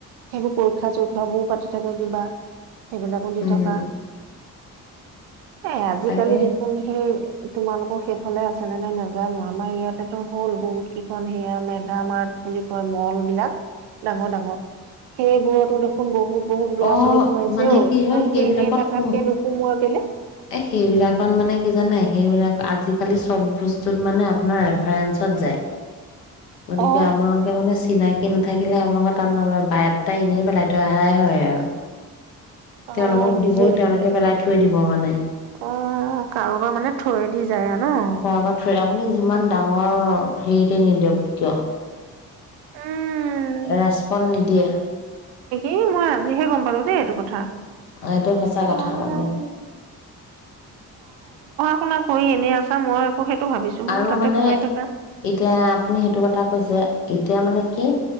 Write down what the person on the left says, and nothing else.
উম
তাকে
অ
মানে
কি
হয় সেইবিলাকত
সোম
এ সেইবিলাকত মানে কি জানাই সেইবিলাক আজিকালি চব বস্তুত মানে আপোনাৰ ৰেফাৰেঞ্চত যায় গতিকে
আপোনালোকে মানে চিনাকি ন থাকিলে আপোনালোকৰ তাত নলয় বায়টা এনেই পেলাই থৈ অহাই হয় আৰু <unintelligible>
তেওঁলোকক
দিব। তেওঁলোকে
পেলাই থৈ দিব হ মানে
কাৰোবাক থৈ আপুনি যিমান ডাঙৰ হেৰিতে নিদিয়ক কিয়
ৰেচপন নিদিয়ে।
এইটো সঁচা
কথা মানে।
আৰু
মানে,
এতিয়া আপুনি সেইটো কথা যে এতিয়া মানে কি